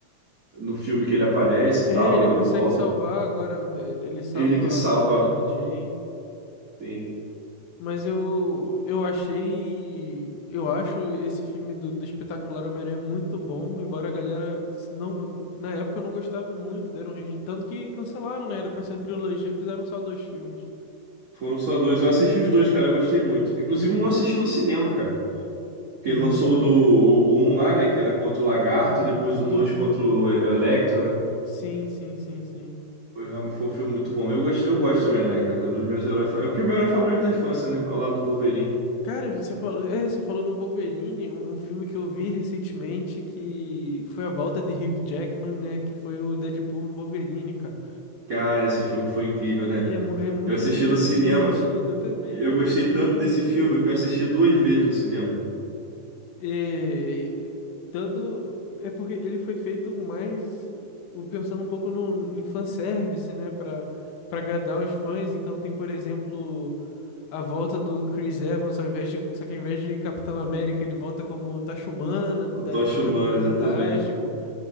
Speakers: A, on the right; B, on the left.
A: no filme que ele aparece
B: É,
A: e tal,
B: ele
A: ele
B: consegue
A: volta.
B: salvar agora. né, Ele salva
A: Ele que salva.
B: a MJ.
A: Sim.
B: Mas eu, eu achei. Eu acho esse filme do, do Espetacular Homem-Aranha muito bom. Embora a galera se não, na época não gostava muito. Deram rage. Tanto que cancelaram, né? Era pra ser uma trilogia, fizeram só dois filmes.
A: Foram só dois. Eu assisti os dois, cara. Eu gostei muito. Inclusive, um eu assisti no cinema, cara. Porque
B: Muito
A: ele lançou
B: maneiro.
A: o do o, o 1 lá, né? Que era contra o Lagarto, e depois
B: Sim,
A: o 2 contra o E- o Electro, né?
B: sim, sim, sim, sim.
A: Foi, realmente- foi um filme muito bom. Eu gosto eu gosto do Homem-Aranha, cara. É Um dos meus heróis. fa- É porque o meu herói favorito da infância, né? Ao lado do Wolverine.
B: Cara, você falou, é, você falou no Wolverine, um, um filme que eu vi recentemente que foi a volta de Hugh Jackman, né? Que foi o Deadpool e Wolverine, cara.
A: Cara, esse filme foi incrível, né?
B: É, mu- é muito
A: Eu assisti no cinema.
B: divertido também,
A: Eu
B: é,
A: gostei
B: mu- é muito
A: tanto
B: divertido.
A: desse filme que eu assisti duas vezes no cinema.
B: E, dando, é porque ele foi feito mais o- pensando um pouco no, em fanservice, né? Pra, pra agradar os fãs. Então tem, por exemplo. a volta do Chris Evans, ao invés de, só que ao invés de Capitão América, ele volta como Tachumana, da
A: O Tocha
B: época do Quarteto
A: Humana,
B: Fantástico.
A: exatamente.